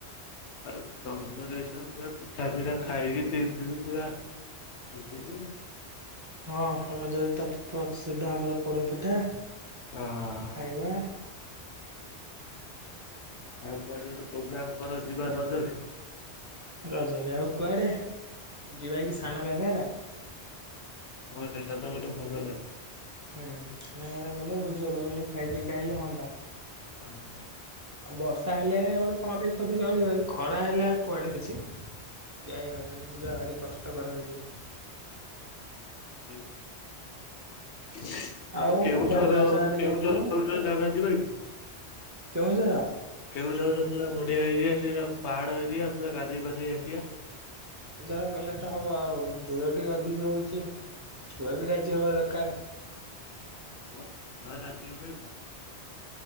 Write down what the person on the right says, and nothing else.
ହଁ ରଜରେ ତ ପ୍ରସିଦ୍ଧ ଆମର ପୋଡପିଠା।
ଖାଇବା।
ରଜରେ ଆଉ କୁଆଡେ ଯିବା କି ସାନ ଘାଗରା।
ହୁଁ ସାନ ଘାଗରା ଗଲେ ଭୋଜି ଭାତ କରିକି ଖାଇ ପିଇକି ଆଇଲେ ହୁଅନ୍ତା।
ଆଉ ବର୍ଷା ହେଲେ ଗୋଟେ କଣ କିପରି ଚଳିବ ଖରା ହେଲେ କୁଆଡେ କିଛି। ଯାଇ ହବନି ଯିବା ଭାରି କଷ୍ଟକର ହେଇଯିବ।
ଆଉ
କୁଆଡ଼େ ରଜ ଆଡ଼େ
ଯାଇଥିଲୁ
କେଉଁଝର?
ଜର ଗଲେ ତ ହବ ଆଉ ଦୂର ଟିକେ ଅଧିକ ହଉଛି। ଛୁଆ ବି ରାଜି ହେବା ଦରକାର।